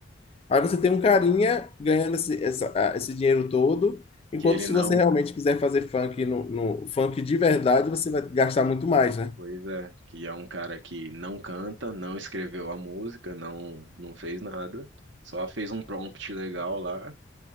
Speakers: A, on the left; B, on the right.
A: Aí você tem um carinha ganhando esse, essa- a- esse dinheiro todo, enquanto
B: que ele
A: se
B: não
A: você realmente quiser fazer funk no, no funk de verdade, você vai gastar muito mais, né?
B: Pois é, que é um cara que não canta, não escreveu a música, não, não fez nada, só fez um prompt legal lá